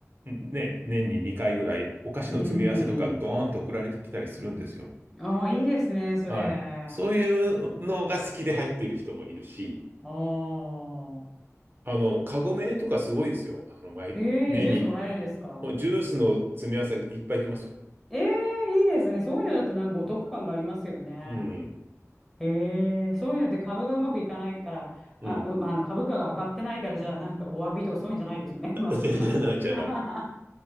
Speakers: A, on the right (about 40°); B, in the centre.
A: んね、年に2回ぐらいお菓子の詰め合わせとかゴーンって送られてきたりするんですよ。
B: うんうん。ああ、いいですね、それ。
A: はい。そういうのが好きで入っている人もいるし、
B: ああ。
A: あの、カゴメとかすごいですよ。あの、毎、
B: ええジュースもらえるんですか
A: 年に、もうジュースの詰め合わせいっぱい来ますよ。
B: ええいいですね。そういうのだとなんかお得感がありますよね。
A: うん。
B: ええそういうのって株がうまくいかないから、あ、
A: うん。
B: うまあ、あの株価が上がってないから、じゃあなんかお詫びとかそういうんじゃないですよね、<laughs>
A: <laughs>
B: まさか。
A: じゃじゃないじゃない。
B: <laughs>